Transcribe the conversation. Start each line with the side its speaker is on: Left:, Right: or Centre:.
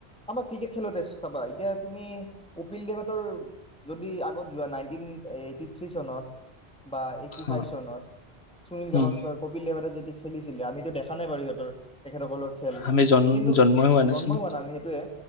Centre: আমাক ঠিক আছে চিলেবেছ চাবা এতিয়া তুমি কপিল দেৱঁতৰ যদি আগত যোৱা নাইনটিন এইটি থ্ৰী চনত বা এইটি ফাইভ
Left: অঁ
Centre: চনত সুনীল
Left: উম,
Centre: গাৱাস্কৰ কপিল দেব যদি খেলিছিলে আমিতো দেখা থানে বাৰীহঁতৰ তেখেতসকলৰ খেল
Left: আমি জন
Centre: কিন্তু
Left: জন্মই নাছিলোঁ
Centre: জন্মই হোৱা নাই আমি সেইটোৱে